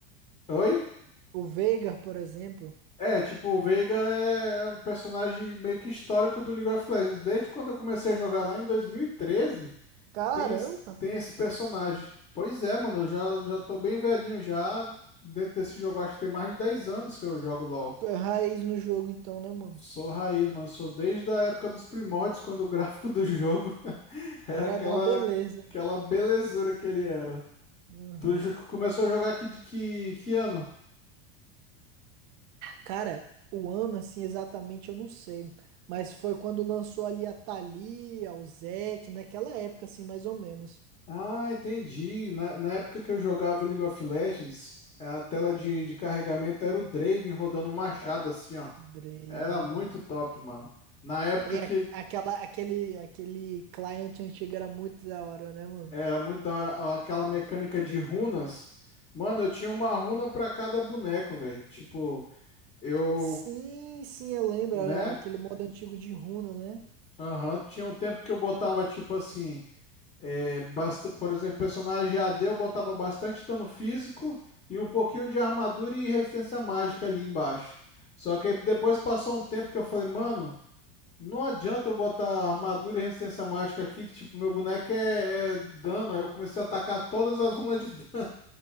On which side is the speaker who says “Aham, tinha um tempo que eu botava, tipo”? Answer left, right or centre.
Left